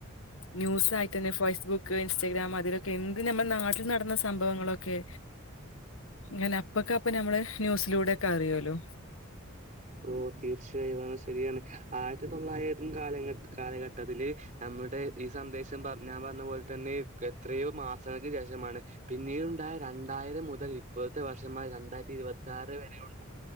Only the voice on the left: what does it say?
ന്യൂസ്യിട്ടന്നെ ഫേസ്ബുക്ക് ഇൻസ്റ്റാഗ്രാം അതിലൊക്കെ എന്ത് നമ്മുടെ നാട്ടിൽ നടന്ന സംഭവങ്ങളൊക്കെ അങ്ങനെ അപ്പക്കെ അപ്പൊ നമ്മള് ന്യൂസിലൂടെക്കെ അറിയല്ലോ